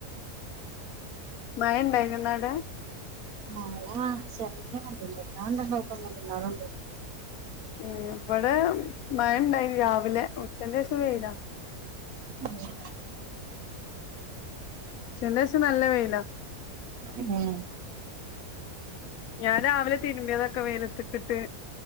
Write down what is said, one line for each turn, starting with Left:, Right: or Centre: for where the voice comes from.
Left: മഴണ്ടായിനോ ഇന്ന് അവി ടെ
Right: മഴ ചെറുങ്ങനെണ്ടയ്നി വല്ലാണ്ട്ണ്ടായിട്ടൊന്നുല്ല ന്നാലും ണ്ടായിനി
Left: ഉം ഇവിടെ മഴണ്ടായ്നി രാവിലെ ഉച്ചന്റെ ശേഷം വെയിലാ
Right: മ്മ്ഹ്
Left: ഉച്ചന്റെ ഷം നല്ല വെയ്
Right: ഉം
Left: ഞാൻ രാവിലെ തിരുമ്പിയതൊക്കെ വെയിലതിട്ട്ട്ട്